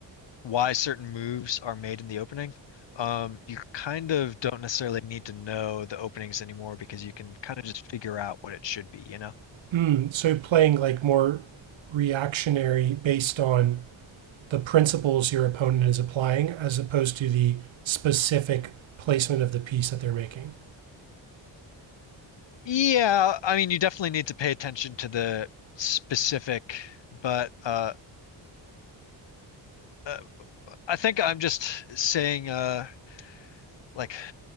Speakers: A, on the left; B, on the right.
A: why certain moves are made in the opening. Um, you kind of don't necessarily need to know the openings anymore because you can kind of just figure out what it should be, you know?
B: Mm, so playing like more reactionary based on the principles your opponent is applying, as opposed to the specific placement of the piece that they're making.
A: Yeah, I mean, you definitely need to pay attention to the specific, but uh, uh I think I'm just saying uh like